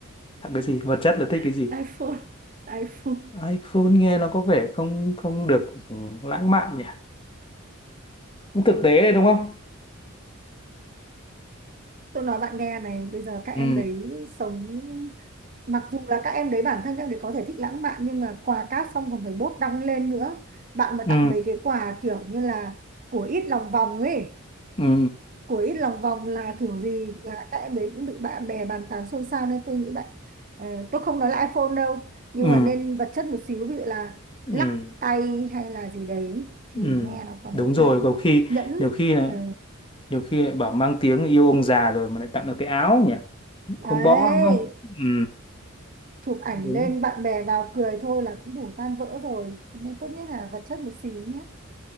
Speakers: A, on the left; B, on the right.
A: thật cái gì vật chất là thích
B: <laughs>
A: cái gì
B: iPhone iPhone
A: iPhone nghe nó có vẻ không không được ừ, lãng mạn nhỉ cũng thực tế đấy đúng không
B: tôi nói bạn nghe này bây giờ các
A: ừ
B: em đấy sống mặc dù là các em đấy bản thân các em đấy có thể thích lãng mạn nhưng mà quà cáp xong còn phải bốt đăng lên nữa bạn mà
A: ừ
B: tặng mấy cái quà kiểu như là của ít lòng vòng ấy
A: ừ
B: của ít lòng vòng là kiểu gì là các em đấy cũng bị bạn bè bàn tán xôn xao nên tôi nghĩ bạn ờ, tôi không nói là iPhone đâu nhưng
A: ừ
B: mà nên vật chất một xíu ví dụ là
A: ừ
B: lắc tay hay là gì đấy thì
A: ừ
B: nghe nó còn
A: đúng
B: ok
A: rồi có khi
B: nhẫn
A: nhiều khi lại
B: ờ,
A: nhiều khi lại bảo mang tiếng yêu ông già rồi mà lại tặng được cái áo nhỉ
B: đấy
A: không bỏ đúng không ừ
B: chụp ảnh
A: đúng
B: lên bạn bè vào cười thôi là cũng đủ tan vỡ rồi cho nên tốt nhất là vật chất một xíu nhé